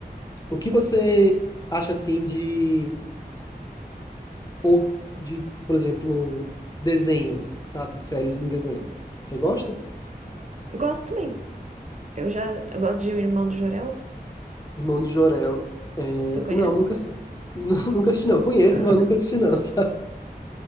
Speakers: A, on the left; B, on the right.
A: o que você acha assim de ou de, por exemplo, desenhos, sabe? Séries em desenhos. Você gosta?
B: Gosto também. Eu já eu gosto de O Irmão do Jorel.
A: Irmão do Jorel. É,
B: Tu conhece?
A: não, nunca <laughs> nunca assisti não. Conheço,
B: <laughs>
A: mas nunca assisti não, <laughs> sabe?